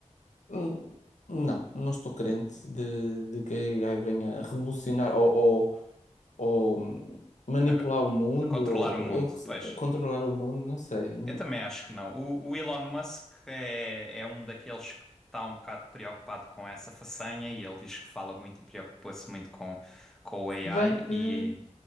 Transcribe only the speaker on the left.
hum, Não, não estou crente de, de que a AI venha a revolucionar ou, ou hum, manipular
o mundo,
ou,
ou se-
controlar o mundo, não sei.
Se
bem que,
eu